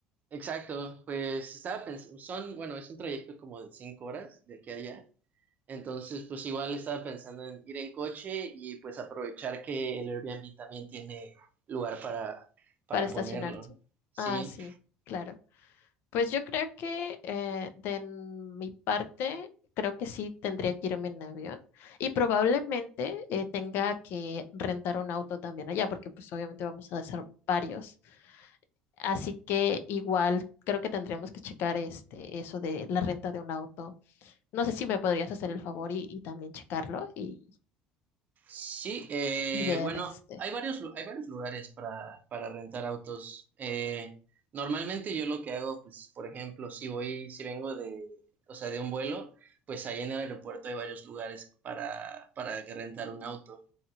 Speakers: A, on the right; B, on the left.
A: exacto, pues estaba pensando, son, bueno, es un trayecto como de cinco horas de aquí a allá, entonces pues igual estaba pensando en ir en coche y pues aprovechar que el Airbnb también tiene lugar para, para
B: Para estacionarte.
A: ponerlo, sí.
B: Ah, sí, claro. Pues yo creo que eh, de n- mi parte, creo que sí tendría que irme en avión y probablemente eh, tenga que rentar un auto también allá, porque pues obviamente vamos a hacer varios. Así que igual creo que tendríamos que checar este, eso de la renta de un auto. No sé si me podrías hacer el favor y, y también checarlo y,
A: Sí, eh,
B: y ver
A: bueno,
B: este.
A: hay varios, lu- hay varios lugares para, para rentar autos. Eh, normalmente yo lo que hago, pues, por ejemplo, si voy, si vengo de, o sea, de un vuelo, pues ahí en el aeropuerto hay varios lugares para, para que rentar un auto.